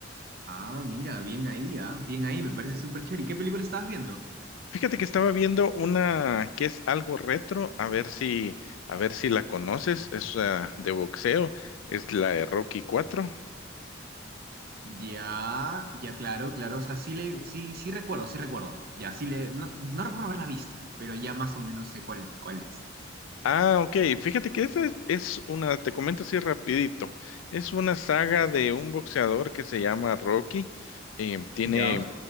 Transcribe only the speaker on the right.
Ah, mira, bien ahí, ah, bien ahí. Me parece súper chévere. ¿Y qué película estabas viendo?
Ya, ya, claro, claro. O sea, sí, le, sí, sí recuerdo, sí recuerdo. Ya, sí le... No, no recuerdo haberla visto, pero ya más o menos sé cuál, cuál es.
Ya,